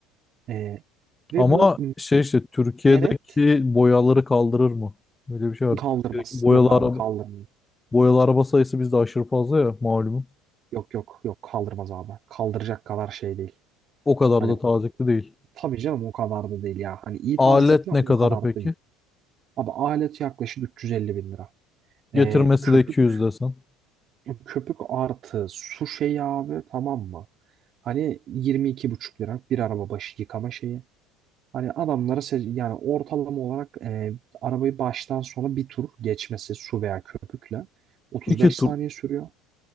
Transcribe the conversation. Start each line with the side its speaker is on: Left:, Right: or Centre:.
Right: E, ve
Left: Ama
Right: bu
Left: şey işte Türkiye'deki
Right: meret
Left: boyaları kaldırır mı? Böyle bir şey var.
Right: kaldırmaz.
Left: Türkiye'deki boyalı
Right: Yok abi
Left: araba,
Right: kaldırmıyor.
Left: boyalı araba sayısı bizde aşırı fazla ya malum.
Right: Yok yok yok kaldırmaz abi. Kaldıracak kadar şey değil.
Left: O kadar
Right: Hani
Left: da tazikli değil.
Right: tabii canım o kadar da değil ya. Hani iyi
Left: Alet
Right: tazyikli ama
Left: ne kadar
Right: o kadar
Left: peki?
Right: da değil. Abi alet yaklaşık 350 bin lira.
Left: Getirmesi
Right: E, köpük
Left: de 200 desen.
Right: Köpük artı su şeyi abi tamam mı? Hani yirmi iki buçuk lira bir araba başı yıkama şeyi. Hani adamlara se- yani ortalama olarak e, arabayı baştan sona bir tur geçmesi su veya köpükle 35
Left: İki tur.
Right: saniye sürüyor.